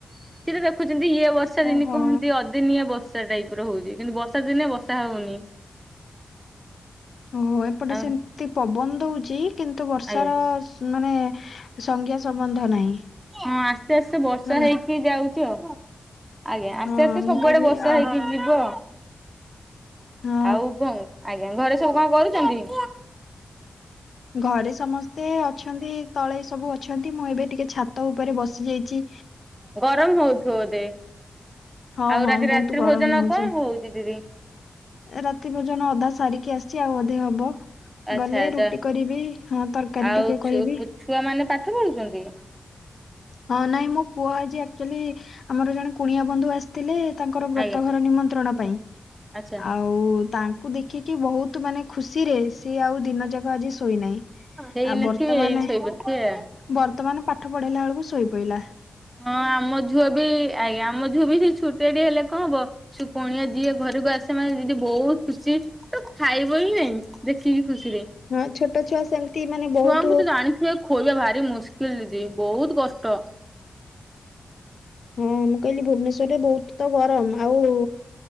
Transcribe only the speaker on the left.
ଓହୋ
ଓହୋ ଏପଟେ
ସେମିତି ପବନ ଦୋଉଚି କିନ୍ତୁ ବର୍ଷାର
ମାନେ ସଂଜ୍ଞା ସମ୍ବନ୍ଧ ନାହିଁ।
ହେଲା
ହଁ
ମୁଁ କହିଲି
ଆଉ
ହଁ
ଘରେ ସମସ୍ତେ ଅଛନ୍ତି ତଳେ ସବୁ ଅଛନ୍ତି। ମୁଁ ଏବେ ଟିକେ ଛାତ ଉପରେ ବସି ଯାଇଚି।
ହଁ
ହଁ
ବହୁତ ଗରମ
ହଉଛି
ରାତି ଭୋଜନ ଅଧା ସାରିକି ଆସିଚି ଆଉ ଅଧେ ହବ।
ଗଲେ
ରୁଟି କରିବି ହଁ ତରକାରୀ
ଟିକେ
କରିବି।
ହଁ ନାଇଁ ମୋ ପୁଅ ଆଜି ଆକ୍ଚୁଆଲି ଆମର ଜଣେ କୁଣିଆ ବନ୍ଧୁ ଆସି ଥିଲେ ତାଙ୍କର ବ୍ରତ
ଘର ନିମନ୍ତ୍ରଣ ପାଇଁ
ଆଉ ତା କୁ ଦେଖିକି ବହୁତ ମାନେ ଖୁସି ରେ ସିଏ ଆଉ ଦିନ ଯାକ ଆଜି ଶୋଇନାହିଁ।
ଆଉ ବର୍ତ୍ତମାନ
ବର୍ତ୍ତମାନ ପାଠ ପଢେଇଲା ବେଳକୁ ଶୋଇ ପଡିଲା।
ହଁ ଛୋଟ ଛୁଆ ସେମତି ମାନେ
ବହୁତ
ହଁ ମୁଁ କହିଲି ଭୁବନେଶ୍ଵରରେ ବହୁତ ତ ଗରମ ଆଉ